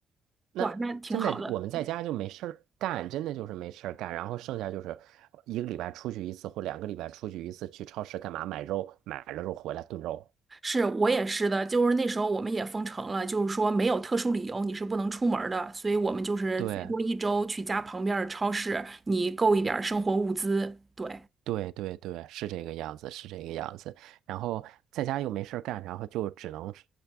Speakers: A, on the right; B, on the right.
A: 那真的我们在家就没事儿干，
B: 哇，那挺好的。
A: 真的就是没事儿干，然后剩下就是一个礼拜出去一次或两个礼拜出去一次，去超市干嘛买肉，买了肉回来炖肉。
B: 是我也是的，就是那时候我们也封城了，就是说没有特殊理由你是不能出门儿的，所以我们就是最多一周去家旁边儿的超市，
A: 对
B: 你购一点儿生活物资。对。
A: 对对对，是这个样子，是这个样子。然后在家又没事儿干，然后就只能是